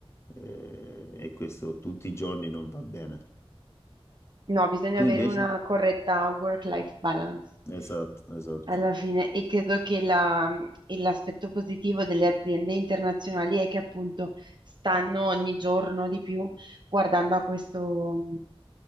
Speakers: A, on the left; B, on the right.
A: eh, e questo tutti i giorni non va bene.
B: No, bisogna
A: Tu
B: avere
A: invece?
B: una corretta work-life balance
A: Esatto, esatto.
B: alla fine e credo che la- e l'aspetto positivo delle aziende internazionali è che appunto stanno ogni giorno di più guardando a questo,